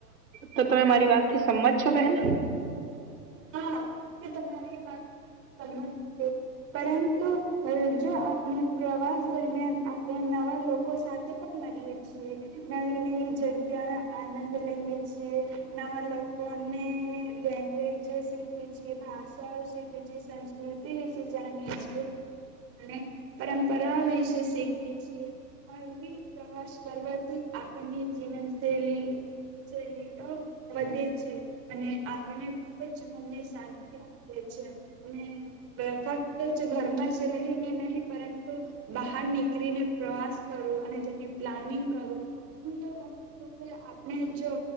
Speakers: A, on the right (about 75°); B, on the right (about 25°).
A: તો તમે મારી વાતથી સમમત છો બહેન?
B: હા તમારી વાત સમજ છે. પરંતુ જો આપણે પ્રવાસ દરમિયાન આપણે નવા લોકો સાથે પણ મળીએ છીએ. નવી-નવી જગ્યા આનંદ લઈએ છીએ. નવા લોકોને લેગ્વેજ શીખે છે. ભાષાઓ શીખ છે સંસ્કૃતિ વિશે જાણીએ છી અને પરંપરાઓ વિશે શીખીએ છીએ હવી પ્રવાસ કરવાથી આપની જીવનશૈલી શૈલીઓ વધે છે અને આપણે ખૂબ જ તે મનને શાંતિ આપે છે અને ફક્ત જ ઘરમાં જ રહીને નહીં પરંતુ બહાર નીકળીને પ્રવાસ કરું અને તેની પ્લાનિંગ કરું હું તો મમ છું કે આપણે જો